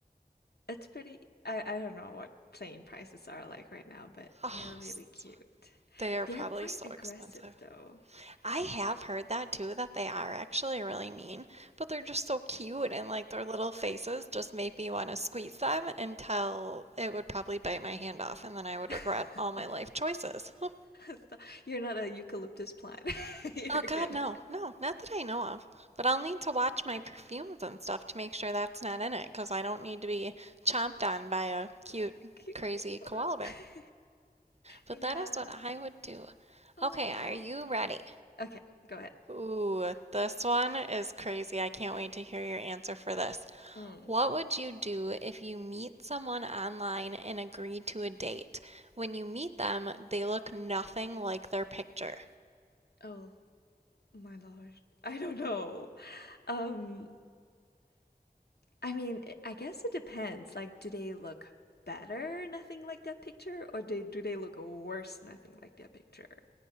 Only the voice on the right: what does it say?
Oh,
s-
they are
probably
so
expensive.
I have heard that too, that they are actually really mean, but they're just so cute and like their
little faces just made me want to squeeze them until it would probably bite my hand off and then I would
regret all my life choices. <laughs>
Oh God,
no, no, not that I know of. But I'll need to watch my perfumes and stuff to make sure that's not in it because I don't need to be chomped on by a cute,
crazy
koala bear.
But
that is what I would do.
Okay, are you ready?
Ooh, this one is crazy. I can't wait to hear your answer for this.
What would you do if you meet someone online and agree to a date? When you meet them, they look nothing like their picture.